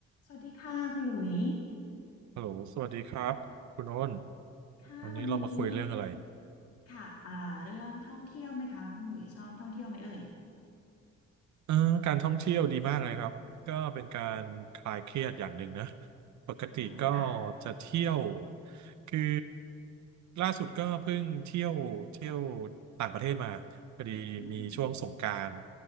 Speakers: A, on the left; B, on the right.
A: สวัสดีค่ะคุณหลุย
B: ฮัลโหลสวัสดีครับคุณโอ้น
A: ค่ะวันนี้
B: วันนี้เรามาคุยเรื่องอะไร
A: ค่ะอ่าเรื่องท่องเที่ยวไหมคะคุณหลุยชอบท่องเที่ยวไหมเอ่ย
B: เออการท่องเที่ยวดีมากเลยครับก็เป็นการคลายเครียดอย่างหนึ่งนะปกติก็
A: ใช่ค่ะ
B: จะเที่ยวคือล่าสุดก็เพิ่งเที่ยวเที่ยวต่างประเทศมาพอดีมีช่วงสงกรานต์
A: อืม